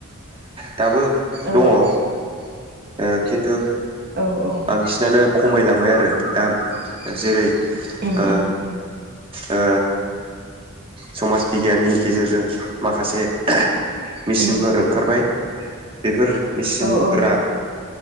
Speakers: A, on the right; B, on the right.
A: दाबो
B: औ
A: दङ ओ खिन्थु
B: औ औ
A: बांसिनानो खमायलांबाय आरो दा जेरै
B: उम
A: ओ
B: उम
A: ओ समाज बिगियाननि गेजेरजों माखासे मेचिनफोर
B: उम
A: ओंखारबाय बेफोर मेसिनफोरा
B: औ औ